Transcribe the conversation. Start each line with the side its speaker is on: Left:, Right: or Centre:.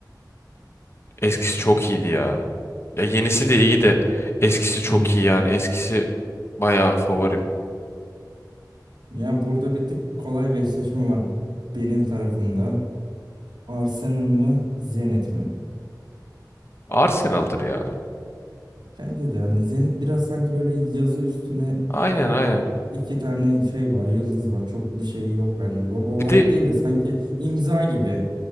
Left: Eskisi çok iyiydi ya. Ya yenisi de iyi de eskisi çok
Right: Hı hı.
Left: iyi yani. Eskisi bayağı favorim.
Right: Ya burada bir tık kolay bir eşleşme var benim tarafımda. Arsenal mı, Zenit mi?
Left: Arsenal'dır ya.
Right: Bence de hani Zenit biraz sanki böyle yazı üstüne
Left: Aynen aynen.
Right: iki tane şey var, yıldız var. Çok bir şeyi yok bence. Logo
Left: Bir
Right: olarak
Left: de
Right: değil de sanki imza gibi.